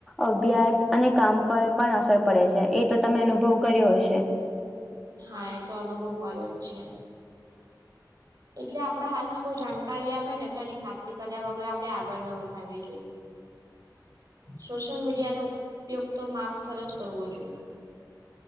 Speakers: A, in the centre; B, on the right.
A: અભ્યાસ અને કામ પર પણ અસર પડે છે એ તો તમે અનુભવ કર્યો હશે.
B: હા એ તો અનુભવ કર્યો જ છે. એટલે આપણા હાથમાં કોઈ જાણકારી આપે ને તો એની ખાતરી કર્યા વગર આપણે આગળ ન વધારવી જોઈએ. સોશિયલ મીડિયાનોો ઉપયોગ તો માપ સર જ કરવો જોઈએ